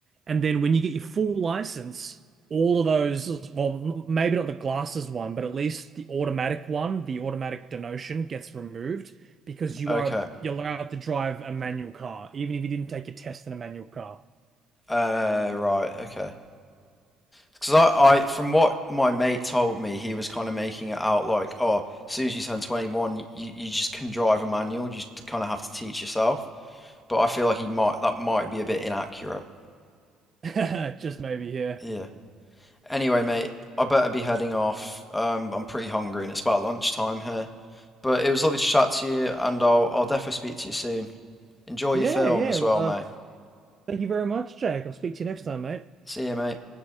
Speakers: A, on the right; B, on the left.
A: And then when you get your full license, all of those, well, maybe not the glasses one, but at least the automatic one, the automatic denotion gets removed because you
B: Okay.
A: are you're allowed to drive a manual car, even if you didn't take your test in a manual car.
B: Uh, right. Okay. Because I, I, from what my mate told me, he was kind of making it out like, oh, as soon as you turn 21, you, you just can drive a manual. You just kind of have to teach yourself. But I feel like he might, that might be a bit inaccurate.
A: <laughs> Just maybe, yeah.
B: Yeah. Anyway, mate, I better be heading off. Um, I'm pretty hungry and it's about lunchtime here. But it was lovely to chat to you, and I'll, I'll definitely speak to you soon. Enjoy
A: Yeah,
B: your film
A: yeah.
B: as
A: Uh,
B: well, mate.
A: thank you very much, Jake. I'll speak to you next time, mate.
B: See you, mate.